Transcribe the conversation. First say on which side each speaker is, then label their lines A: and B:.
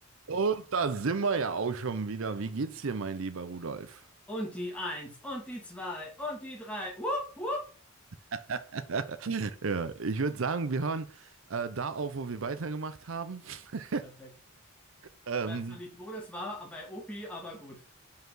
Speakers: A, on the right; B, in the centre.
A: Und da sind wir ja auch schon wieder. Wie geht's dir, mein lieber Rudolf?
B: Und die eins und die zwei und die drei. Wupp, wupp.
A: <laughs> Ja, ich würde sagen, wir hören äh, da auf, wo wir weitergemacht haben. <laughs>
B: Perfekt.
A: Ähm,
B: Ich weiß zwar nicht, wo das war, bei Opi, aber gut.